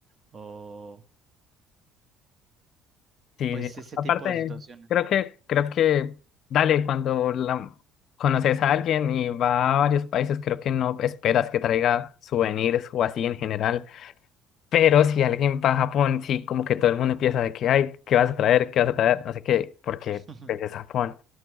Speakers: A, on the right; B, on the left.
A: o
B: Sí,
A: pues
B: sí.
A: ese
B: Aparte,
A: tipo de situaciones.
B: creo que, creo que, dale, cuando la, conoces a alguien y va a varios países, creo que no esperas que traiga souvenirs o así en general. Pero si alguien va a Japón, sí, como que todo el mundo empieza de que, ay, ¿qué vas a traer? ¿Qué vas a traer? No sé qué, porque
A: <laughs>
B: pues, es Japón.